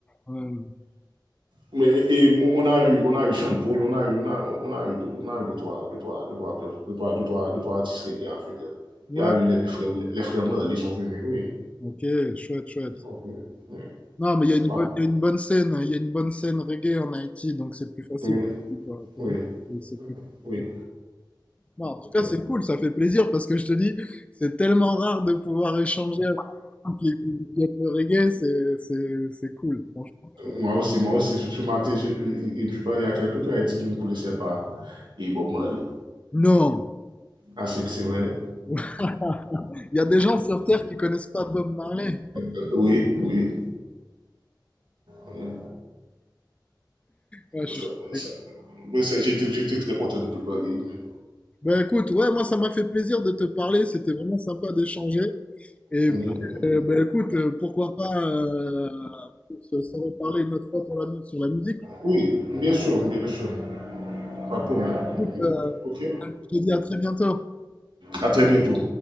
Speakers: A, on the left; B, on the right.
A: Euh,
B: Mais et, on a eu, on a eu Champol, on a eu, on a, on a eu, deux, on a eu deux trois, deux trois, deux trois, deux trois, deux trois, deux trois artistes reggae, je veux dire.
A: ouais,
B: Il y a eu les frères, les frères Merle, ils sont venus, oui,
A: ok, chouette, chouette.
B: ils sont venus. Oui,
A: Non, mais il
B: c'est
A: y a une
B: pas.
A: bonne, il y a une bonne scène, il y a une bonne scène reggae en Haïti, donc c'est plus facile
B: Oui,
A: quoi. pour
B: oui,
A: nous, c'est c'est plus compliqué.
B: oui.
A: Non, en tout cas,
B: oui.
A: c'est cool, ça fait plaisir parce que je te dis, c'est tellement rare de pouvoir échanger avec quelqu'un qui, qui, qui aime le reggae, c'est, c'est, c'est cool, franchement.
B: Moi aussi, moi aussi, ce ce matin, je, je, je parlais à quelqu'un qui a dit qu'il ne connaissait pas et Bob Marley.
A: Non,
B: Ah, c'est que c'est vrai?
A: <laughs> il y a des gens sur Terre qui connaissent pas Bob Marley.
B: Euh, oui, oui. Euh,
A: Ouais, je suis
B: Ça,
A: choqué.
B: ça, Mais ça, j'étais, j'étais très content de te parler. hein.
A: Ben écoute, ouais, moi ça m'a fait plaisir de te parler, c'était vraiment sympa d'échanger. Et
B: Oui,
A: euh, ben écoute, euh, pourquoi pas euh, se, se reparler une autre fois pour la mu- sur la musique.
B: oui bien sûr, bien sûr. Pas de problème.
A: Écoute, euh,
B: OK.
A: je te dis à très bientôt.
B: À très bientôt.